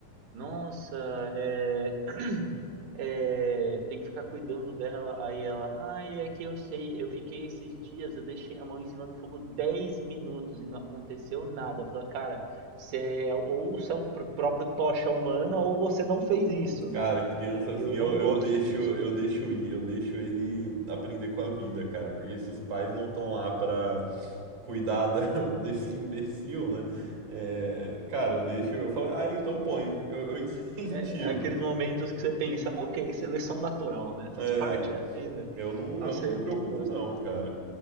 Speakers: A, on the right (about 65°); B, on the right (about 45°).
A: nossa, é, <clears throat> é, tem que ficar cuidando dela. Aí ela, ai, é que eu sei, eu fiquei esses dias, eu deixei a mão em cima do fogo 10 minutos e não aconteceu nada. Eu falo, cara, você é, ou você é o pr- próprio tocha humana ou você não fez isso,
B: Cara,
A: né?
B: criança
A: E
B: assim,
A: eu
B: eu,
A: não gosto
B: eu deixo,
A: disso.
B: eu deixo ir, eu deixo ele aprender com a vida, cara, porque se os pais não estão lá pra cuidar da- <laughs> desse imbecil, né? é, cara, eu deixo, eu falo, ah, então põe, eu, eu <laughs> incentivo.
A: É, é aqueles momentos que você pensa, ok, seleção natural, né? Faz
B: É,
A: parte, é a vida.
B: eu não,
A: Nossa,
B: eu não me
A: eu
B: preocupo
A: não gosto.
B: não, cara,